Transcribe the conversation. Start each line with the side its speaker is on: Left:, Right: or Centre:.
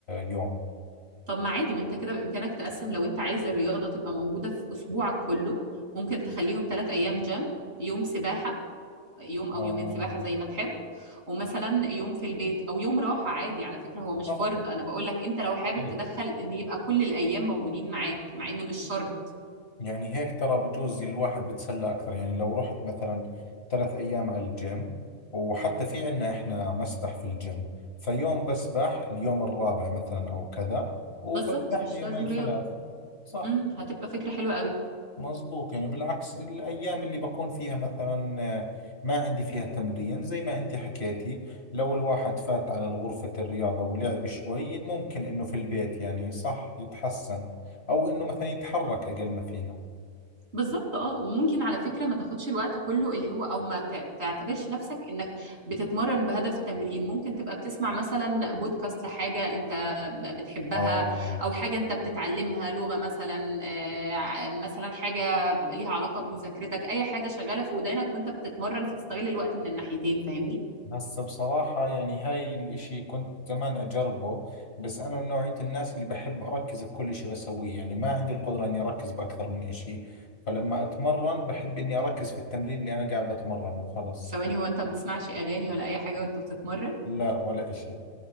Left: يوم
Right: طب ما عادي ما انت كده بامكانك تقسم لو انت عايز الرياضه تبقى موجوده في اسبوعك كله ممكن تخليهم ثلاث ايام جيم يوم سباحه يوم او
Left: آه
Right: يومين سباحه زي ما تحب ومثلا يوم في البيت او يوم راحه عادي على فكره هو مش
Left: صح
Right: فرض انا بقول لك انت لو حابب
Left: أكيد
Right: تدخل ان يبقى كل الايام موجودين معاك مع ان مش شرط
Left: يعني هيك ترى بجوز الواحد بتسلى أكثر يعني لو رحت مثلا ثلاث أيام على الجيم وحتى في عنا إحنا مسبح في الجيم فيوم بسبح اليوم الرابع مثلا أو كذا وبرتاح
Right: بالظبط مش
Left: ليومين
Right: لازم رياضه
Left: ثلاث صح
Right: امم هتبقى فكره حلوه قوي
Left: مزبوط يعني بالعكس الأيام اللي بكون فيها مثلا آه، ما عندي فيها تمرين زي ما أنت حكيتي لو الواحد فات على غرفة الرياضة ولعب شوي ممكن إنه في البيت يعني صح يتحسن أو إنه مثلا يتحرك أقل ما فيها
Right: بالظبط اه وممكن على فكره ما تاخدش الوقت كله اللي هو او ما تع- تعتبرش نفسك انك بتتمرن بهدف التمرين ممكن تبقى بتسمع مثلا بودكاست لحاجه انت بتحبها
Left: آه
Right: او حاجه انت بتتعلمها لغه مثلا آه، ع- مثلا حاجه ليها علاقه بمذاكرتك اي حاجه شغاله في ودانك وانت بتتمرن فتستغل الوقت من الناحيتين فاهمني
Left: هسه بصراحة يعني هاي الاشي كنت زمان اجربه بس انا من نوعية الناس اللي بحب اركز في كل اشي بسويه يعني ما عندي القدرة اني اركز باكثر من اشي فلما اتمرن بحب اني اركز في التمرين اللي انا قاعد بتمرنه وخلص
Right: ثواني هو انت ما بتسمعش اغاني ولا اي حاجه وانت بتتمرن
Left: لا ولا اشي